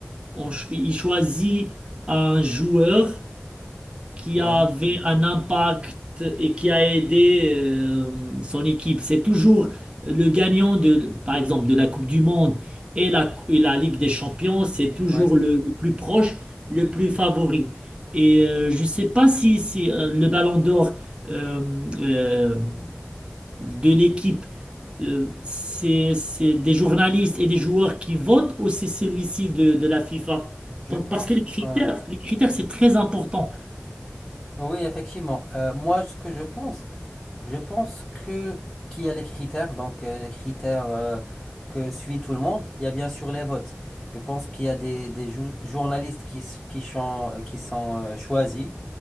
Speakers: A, on the right (about 25°); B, in the centre.
A: on ch- il choisit un joueur qui
B: oui,
A: avait un impact et qui a aidé euh, son équipe. C'est toujours le gagnant de, par exemple, de la Coupe du Monde et la, et la Ligue des Champions. C'est toujours
B: oui.
A: le, le plus proche, le plus favori. Et euh, je ne sais pas si, si, euh, le Ballon d'Or euh, euh, de l'équipe, euh, c'est, c'est des journalistes et des joueurs qui votent ou c'est celui-ci de, de la FIFA?
B: Je
A: Donc,
B: pense,
A: parce que les critères,
B: ouais.
A: les critères, c'est très important.
B: Oui, effectivement. Euh, moi, ce que je pense, Je pense que qu'il y a les critères, donc euh, les critères euh, que suit tout le monde. Il y a bien sûr les votes. Je pense qu'il y a des, des jou- journalistes qui, s- qui, chan- qui sont euh, choisis.